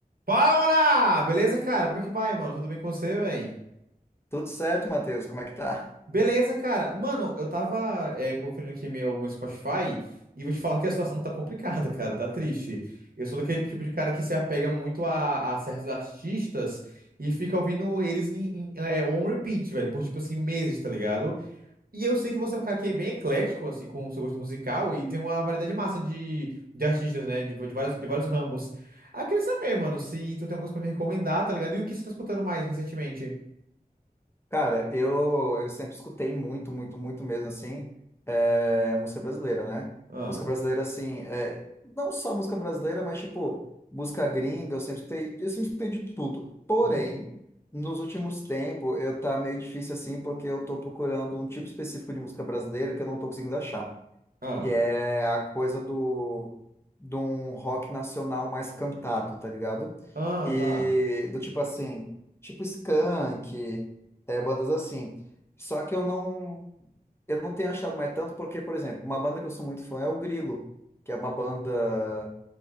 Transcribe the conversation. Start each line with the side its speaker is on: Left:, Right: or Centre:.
Right: Fala, Maná! Beleza, cara? Como é que vai, mano? Tudo bem com você, véi?
Left: Tudo certo, Matheus? Como é que tá?
Right: Beleza, cara. Mano, eu tava é, conferindo aqui meu, meu Spotify e vou te falar que a situação tá complicada, cara. Tá triste. Eu sou daquele tipo de cara que se apega muito a, a certos artistas e fica ouvindo eles em, em, é, on repeat, velho, por tipo assim, meses, tá ligado? E eu sei que você é um cara que é bem eclético, assim, com o seu gosto musical, e tem uma variedade massa de, de artistas, né? De, de, vários, de vários ramos. Ah, queria saber, mano, se tu tem alguma coisa pra me recomendar, tá ligado? E o que você tá escutando mais recentemente?
Left: Cara, eu, eu sempre escutei muito, muito, muito mesmo, assim, é, música brasileira, né?
Right: Ah,
Left: Música brasileira, assim, é, não só música brasileira, mas, tipo, música gringa, eu sempre escutei, eu sempre escutei de tudo. Porém,
Right: uhum.
Left: nos últimos tempos, eu tá meio difícil, assim, porque eu tô procurando um tipo específico de música brasileira que eu não tô conseguindo achar.
Right: Ah,
Left: que é a coisa do de um rock nacional mais cantado, tá ligado?
Right: ah,
Left: E
Right: tá.
Left: do tipo assim, tipo Skank, é, bandas assim. Só que eu não eu não tenho achado mais tanto porque, por exemplo, uma banda que eu sou muito fã é o Grilo, que é uma banda